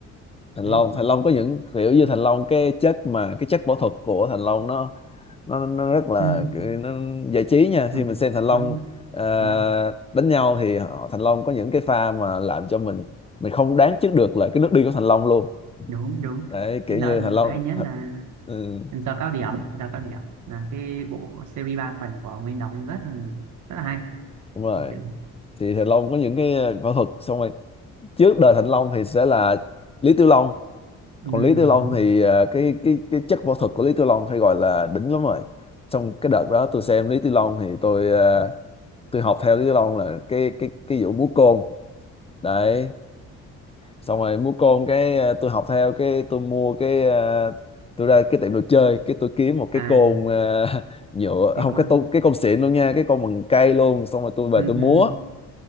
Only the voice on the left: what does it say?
Thành
Long Thành Long có những kiểu như Thành Long cái chất mà cái chất võ thuật của Thành Long nó nó nó rất là
cái- nó giải trí nha
khi mình xem Thành
Long ờ,
đánh nhau thì họ, Thành Long có những cái pha mà làm cho mình mình không đoán trước được là cái nước đi của Thành Long luôn
đấy kiểu
như Thành Long
ừ,
đúng rồi
thì Thành Long có những cái ờ, võ thuật xong rồi trước đời Thành Long thì sẽ là Lý Tiểu Long
còn Lý Tiểu Long
thì ờ, cái cái cái chất võ thuật của Lý Tiểu Long phải gọi là đỉnh lắm rồi xong cái đợt đó tôi xem Lý Tiểu Long thì tôi ờ, tôi học theo Lý Tiểu Long là cái cái cái vụ múa côn đấy xong rồi múa côn cái ờ, tôi học theo cái tôi mua cái ờ, tôi ra cái tiệm đồ chơi cái tôi kiếm một cái
côn ờ, <laughs> nhựa
không
cái tô, cái côn xịn luôn nha cái côn bằng cây luôn xong rồi tôi về
tôi múa